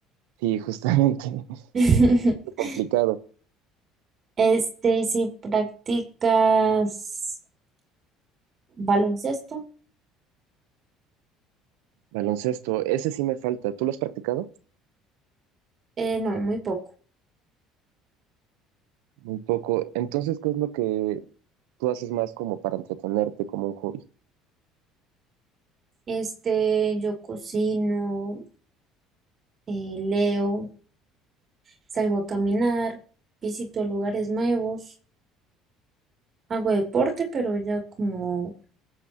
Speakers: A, on the right; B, on the right.
A: sí, justamente <laughs>
B: <laughs>
A: complicado.
B: Este, ¿y si practicas baloncesto?
A: Baloncesto, ese sí me falta. ¿Tú lo has practicado?
B: Eh, no, muy poco.
A: Muy poco. Entonces, ¿qué es lo que tú haces más como para entretenerte, como un hobby?
B: Este, yo cocino, eh, leo, salgo a caminar, visito lugares nuevos, hago deporte, pero ya como